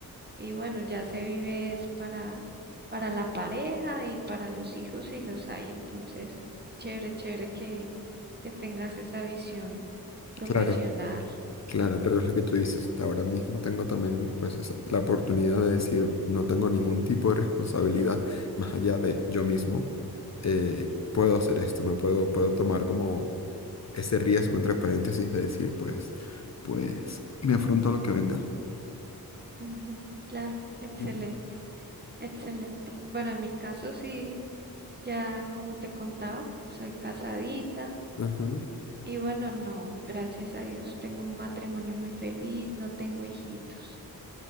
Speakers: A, on the right; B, on the left.
A: Y bueno, ya se vive es para, para la pareja y para los hijos si los hay. Entonces, chévere, chévere que, que tengas esa visión profesional.
B: claro. Claro, claro, es lo que tú dices. Ahora mismo tengo también pues esa- la oportunidad de decir, no tengo ningún tipo de responsabilidad más allá de yo mismo. Eh, puedo hacer esto, me puedo, puedo tomar como ese riesgo entre paréntesis de decir, pues, pues, me afronto a lo que venga.
A: Ujú, claro, excelente,
B: Ujú.
A: excelente. Bueno, en mi caso sí, ya como te contaba, soy casadita
B: Ajá,
A: y bueno, no, gracias a Dios, tengo un matrimonio muy feliz, no tengo hijitos,